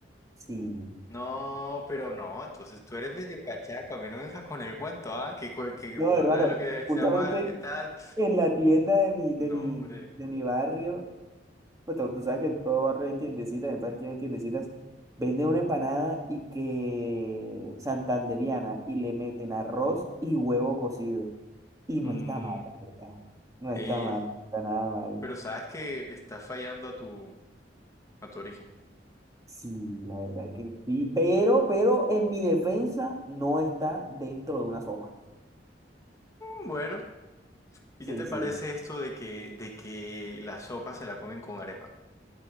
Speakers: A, on the right; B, on the left.
A: <laughs> sí.
B: No, pero no, entonces tú eres medio cachaco, a mí no me dejas con el cuento, ¿ah? Que, cua- que
A: No,
B: Bogotá
A: hermano,
B: es lo que está
A: justamente
B: mal, ¿qué tal?
A: en la tienda de mi, de
B: No,
A: mi,
B: hombre.
A: de mi barrio Pues tú, tú sabes que en todo barrio hay tiendecitas, en toda esquina hay tiendecitas. Venden una empanada y que santandereana y le meten arroz y huevo cocido. Y
B: Mm,
A: no está mal, la verdad. No está
B: ey,
A: mal, no está nada mal.
B: Pero sabes que estás fallando a tu, a tu origen.
A: Sí, la verdad que sí. Pero, pero en mi defensa no está dentro de una sopa.
B: Mm, Bueno, ¿y
A: Sí,
B: qué te parece
A: sí.
B: esto de que, de que la sopa se la comen con arepa?